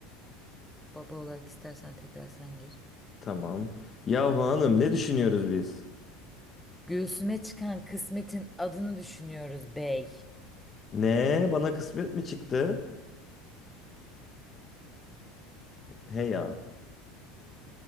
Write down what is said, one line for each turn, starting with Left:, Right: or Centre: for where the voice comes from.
Centre: Baba olarak istersen tekrar sen gir.
Left: Tamam. Yahu hanım ne düşünüyoruz biz?
Centre: Göğsüme çıkan kısmetin adını düşünüyoruz bey.
Left: Ne? Bana kısmet mi çıktı? He ya.